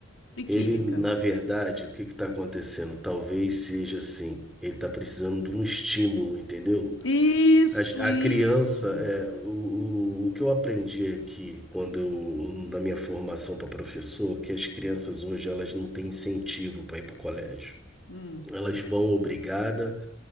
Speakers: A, on the left; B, in the centre.
A: e química.
B: ele, na verdade, o que que tá acontecendo? Talvez seja assim. Ele tá precisando de um estímulo, entendeu?
A: Isso,
B: As- A,
A: isso.
B: criança, é, o, o, o que eu aprendi aqui quando eu- na minha formação para professor, que as crianças hoje elas não têm incentivo para ir para o colégio.
A: Hum.
B: Elas vão obrigada